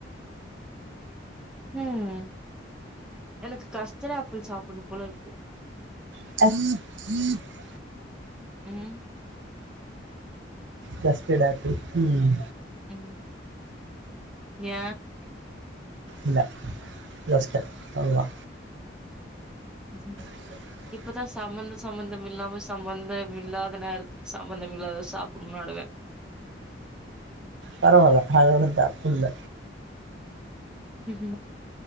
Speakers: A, in the centre; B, on the right.
A: ம் எனக்கு கஸ்டடு ஆப்பிள் சாப்டணு போல இருக்கு
B: <unintelligible> <unintelligible>
A: ம்
B: கஸ்டடு ஆப்பிள் ம்
A: ம் ஏ
B: இல்ல <unintelligible> பண்லா
A: ம்
B: <unintelligible>
A: இப்பதா சம்மந்த சம்மந்தம் இல்லாம சம்மந்தம் இல்லாத நேரத்துக்கு சம்மந்தம் இல்லாத சாப்டணுவாடுக
B: பரவால்ல அதுஒன்னு தப்பு இல்ல
A: ம்